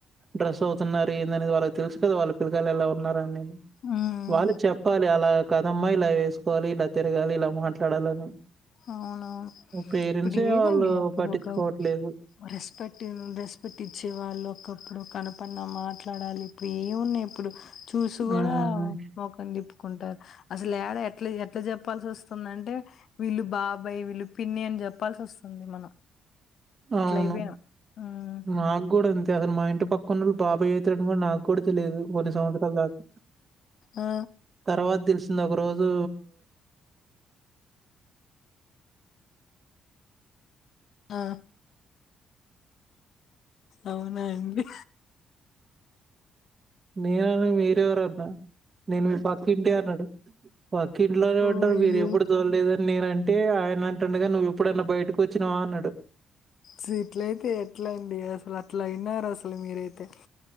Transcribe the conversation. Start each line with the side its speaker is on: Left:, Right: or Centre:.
Right: డ్రెస్ అవుతున్నారు, ఏందానేది వాళ్ళకి తెలుసు కదా, వాళ్ళ పిల్లలు కాయలు ఎలా ఉన్నారని.
Left: హ్మ్.
Right: వాళ్ళు చెప్పాలి, అలా కదమ్మా, ఇలా ఏస్ పోలి, ఇలా తిరగాలి, ఇలా మాట్లాడాలని
Left: అవునవును,
Right: పేరెంట్సే
Left: ఇప్పుడు ఏదండి
Right: వాళ్ళు
Left: అప్పుడు
Right: పట్టించుకోవట్లేదు.
Left: ఒక రెస్పెక్ట్న్, రెస్పెక్ట్ ఇచ్చే వాళ్ళు ఒకప్పుడు కనప్ అప్పున మాట్లాడాలి, ఇప్పుడు ఏమున్నాయి ఇప్పుడు, చూసి
Right: హ్మ్.
Left: గుడా మొఖం తిప్ కుంటా. అసలు ఏడ ఎట్లా, ఎట్లా జెప్పాల్సి వస్తుందంటే, వీళ్ళు బాబాయ్, వీళ్ళు పిన్ని అని జెప్పాల్సి వస్తుంది మనం. అట్లా
Right: అవును,
Left: అయిపోయాం మ్మ్
Right: మాక్ గుడా అంతే. అసలు అతను మా ఇంటి పక్క ఉన్నాడు, బాబాయి అయితాడు అని కూడా, నాక్ గుడా తే తెలిదు కొన్ని సంవత్సరాల దాకా
Left: ఆ
Right: తర్వాత తెలుసు ఒక రోజు
Left: ఆ అవునాండి
Right: నేనని మీరెవరు అన్నా నేను మీ పక్కింటి అన్నాడు పక్క ఇంట్లోనే
Left: ఓ
Right: ఉంటారు
Left: అయ్యో
Right: మీరు ఎప్పుడు చూడలేదని నేనంటే ఆయన టన్నుగా నువ్వుప్పుడైన్న బయటకు వచ్చినావా అన్నడు
Left: సి ఇట్లయితే ఎట్ల అండి అసలు అట్లా అయినారు అసలు మీరైతే